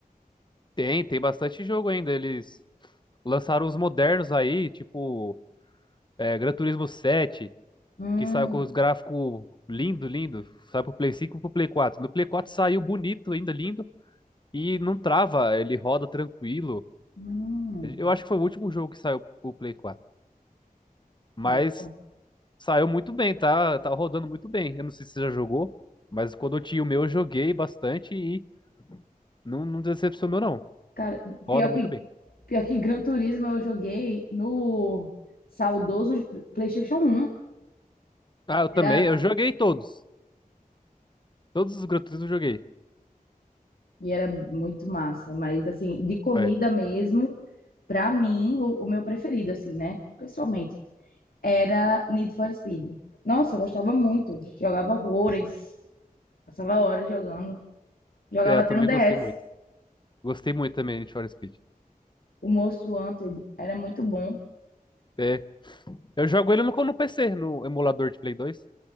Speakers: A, on the left; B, on the left.
A: tem, tem bastante jogo ainda. Eles lançaram os modernos aí, tipo é, Gran Turismo 7,
B: Hum,
A: que saiu com os gráficos lindo, lindo. Sai pro Play 5 e pro Play 4. No Play 4 saiu bonito, ainda lindo, e não trava, ele roda tranquilo.
B: hum,
A: Eu acho que foi o último jogo que saiu pro Play 4. Mas
B: boa.
A: saiu muito bem, tá? Tá rodando muito bem. Eu não sei se você já jogou, mas quando eu tinha o meu, eu joguei bastante e Não, não decepcionou, não.
B: Cara,
A: Roda
B: pior
A: muito
B: que,
A: bem.
B: pior que Gran Turismo eu joguei no saudoso PlayStation um
A: Ah, eu também.
B: Era,
A: Eu joguei todos. Todos os Gran Turismo eu joguei.
B: e era muito massa, mas assim, de corrida
A: É.
B: mesmo, pra mim, o, o meu preferido, assim, né? Pessoalmente, era Need for Speed. Nossa, eu gostava muito. Jogava horrores. Passava horas jogando. Jogava
A: É, eu
B: até
A: também
B: no DS.
A: gostei muito. Gostei muito também de Need for Speed.
B: O Most Wanted era muito bom.
A: É. Eu jogo ele no, no PC, no emulador de Play dois